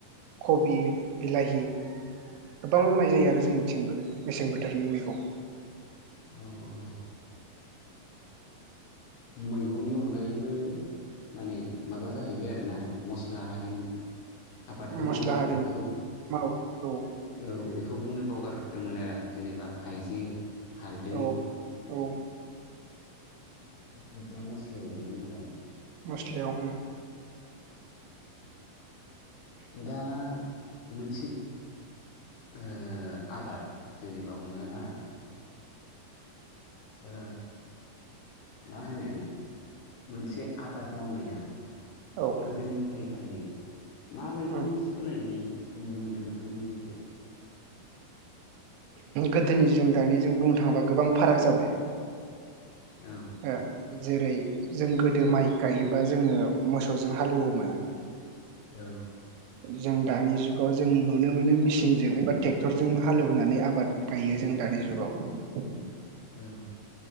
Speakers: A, on the right; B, on the left.
A: कबि बिलाहि गोबां मावनाय जायो आरो जोंनिथिंबो मेसें बोथोरनि मैगं
B: औ औ मैगंनि अनगायैबो माने माबा जाहैबाय आरोना मस्ला हारिनि आबादबो
A: मस्ला
B: मावो आरो
A: हारिनि
B: बेखौ
A: माव औ
B: औ बेखौ बुंनो पावगार दंमोन आरो आं जेनेबा हाइजें हालदै
A: औ औ
B: दुदिया मसलिम गोलैयो नालाय
A: मस्लायाव
B: दा मोनसे ओ आबाद जेनेबा हमना ला ओ मा होनो मोनसे आबाद मावनाया
A: औ
B: गोदोनिफ्राय दायो माबायदि
A: उम
B: सोलायनाय नुनो मोनदों नोंथांमोननि जायगायाव
A: गोदोनि जों दानिजों बुंनो थाङोबा गोबां फाराग जाबाय
B: औ
A: ओ जेरै जों गोदो माइ गायोबा जोङो मोसौजों हालएवोमोन।
B: औ
A: जों दानि जुगाव जों नुनो मोनो मेसिनजों एबा ट्रेक्टरजों हालेवनानै आबाद गायो जों दानि जुगाव
B: औ